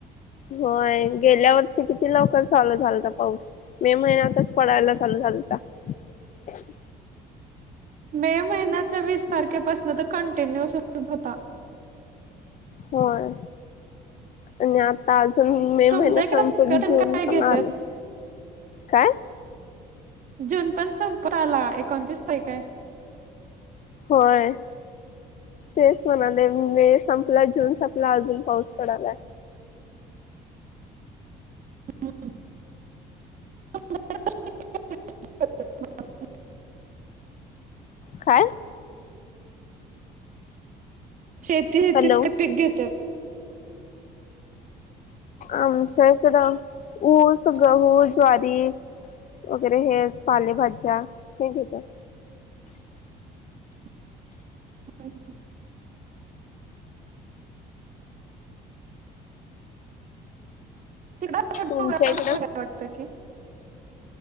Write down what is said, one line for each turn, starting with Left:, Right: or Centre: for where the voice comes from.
Left: होय गेल्या वर्षी किती लवकर चालू झालत पाऊस, मे महिन्यातच पडायला चालू झा ता <unintelligible>
Right: मे महिन्याच्या वीस तारखेपासून तो कंटिन्यू सुरु होता.
Left: होय, आणि आता आजून, मे महिनात
Right: तुमच्या इकडे
Left: संपून
Right: पिकतेन
Left: जून
Right: काय घेतात
Left: पण आला. काय?
Right: जून पण संपला एकोणतीस तारीख आहे.
Left: होय तेच म्हणाले, मे संपला जून संपला अजून पाऊस पडला,
Right: हम्म <unintelligible>
Left: काय?
Right: शेती शेतीत
Left: हॅलो
Right: का पीक घेतात.
Left: आमच्या इकडं ऊस, गहू, ज्वारी, वगैरे हेच पालेभाज्या हे देतात.
Right: <unintelligible> तिकड असं डोंगराळ
Left: तुमच्या इकडं?
Right: भाग आहे वाटतं की